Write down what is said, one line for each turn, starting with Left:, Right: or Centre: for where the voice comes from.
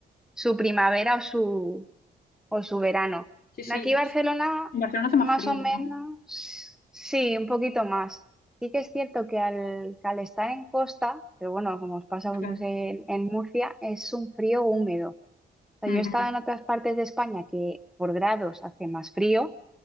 Centre: su primavera o su, o su verano.
Left: sí, sí.
Centre: De aquí a Barcelona,
Left: En Barcelona hace más
Centre: más
Left: frío,
Centre: o menos,
Left: ¿verdad?
Centre: sí, un poquito más. Sí que es cierto que al, que al estar en costa, pero bueno, como os pasa a
Left: Claro.
Centre: vosotros en, en Murcia, es un frío húmedo. O sea,
Left: Ujú,
Centre: yo he estado en otras partes de España que por grados hace más frío,